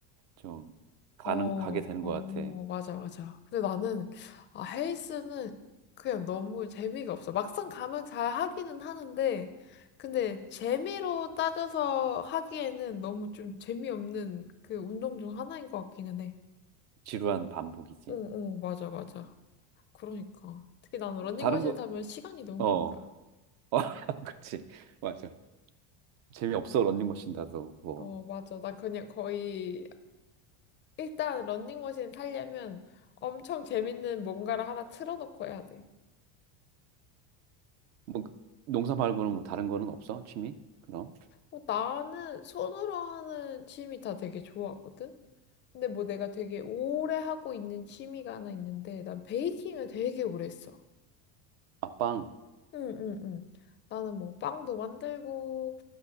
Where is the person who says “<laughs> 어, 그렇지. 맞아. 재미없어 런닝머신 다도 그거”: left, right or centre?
Right